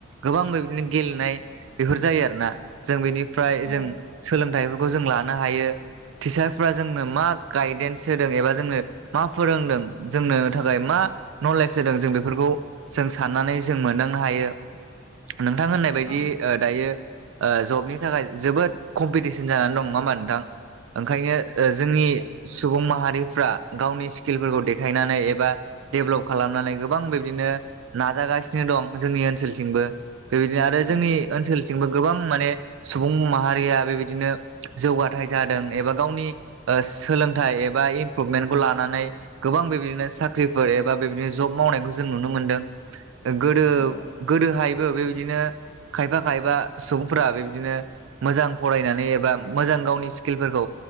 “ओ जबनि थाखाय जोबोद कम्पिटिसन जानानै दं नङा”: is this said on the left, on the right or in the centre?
Right